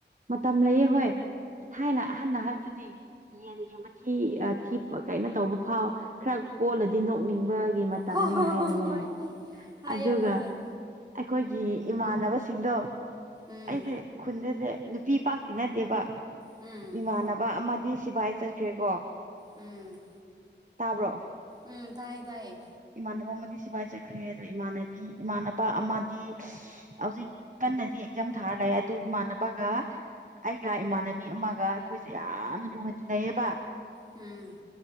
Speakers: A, on the right; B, on the right.
A: ꯃꯇꯝ ꯂꯩꯌꯦ ꯍꯣꯏ ꯊꯥꯏꯅ ꯑꯍꯟꯅ ꯍꯥꯏꯕꯗꯨꯗꯤ ꯌꯦꯟꯒꯤ ꯃꯊꯤ ꯊꯤ ꯀꯩꯅꯣ ꯇꯧꯕ ꯐꯥꯎ ꯈꯔ ꯀꯣꯜꯂꯗꯤ ꯅꯣꯛꯅꯤꯡꯕꯒꯤ ꯃꯇꯝꯅꯤ
B: ꯍꯣꯏ ꯍꯣꯏ
A: ꯍꯥꯏꯕꯅꯦ
B: ꯍꯣꯏ ꯍꯥꯏꯌꯦ
A: ꯑꯗꯨꯒ
B: ꯑꯩꯈꯣꯏ
A: ꯑꯩꯈꯣꯏꯒꯤ ꯏꯃꯥꯟꯅꯕꯁꯤꯡꯗꯣ
B: ꯎꯝ
A: ꯑꯩꯁꯦ ꯈꯨꯟꯗꯁꯦ ꯅꯨꯄꯤ ꯄꯥꯛꯇꯤ ꯅꯠꯇꯦꯕ
B: ꯎꯝ
A: ꯏꯃꯥꯟꯅꯕ ꯑꯃꯗꯤ ꯁꯤꯕꯥꯏ ꯆꯠꯈ꯭ꯔꯦꯀꯣ
B: ꯎꯝ
A: ꯇꯥꯕ꯭ꯔꯣ
B: ꯎꯝ ꯇꯥꯏꯌꯦ ꯇꯥꯏꯌꯦ
A: ꯏꯃꯥꯟꯅꯕ ꯑꯃꯗꯤ ꯁꯤꯐꯥꯏꯖꯈ꯭ꯔꯦ ꯑꯗꯣ ꯏꯃꯥꯟꯅꯕꯤ ꯏꯃꯥꯟꯅꯕ ꯑꯃꯗꯤ ꯍꯧꯖꯤꯛ ꯀꯟꯅꯗꯤ ꯑꯦꯛꯖꯥꯝ ꯊꯥꯔ ꯂꯑꯦ ꯑꯗꯨ ꯏꯃꯥꯟꯅꯕꯒ ꯑꯩꯒ ꯏꯃꯥꯟꯅꯕꯤ ꯑꯃꯒ ꯑꯩꯈꯣꯏꯁꯦ ꯌꯥꯝꯅ ꯂꯨꯅ ꯆꯤꯟꯅꯩꯌꯦꯕ
B: ꯎꯝ